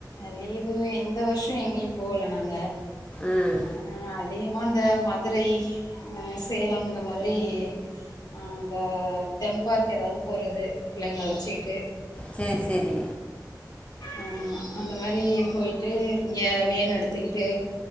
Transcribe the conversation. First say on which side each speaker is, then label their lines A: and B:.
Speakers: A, on the left; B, on the left.
A: லீவு இந்த வருஷம் எங்கேயு போகல நாங்க
B: ஆ
A: அ அதிகமா இந்த மதுரை அ சேலம் அந்த மாதிரி ஆ அந்த தெம்பார்க் ஏதாவது போறது பிள்ளைங்கள அழச்சிக்கிட்டு
B: சேரி சேரி
A: ஆமா அந்த மாரி போயிட்டு இங்க வேன் எடுத்துக்கிட்டு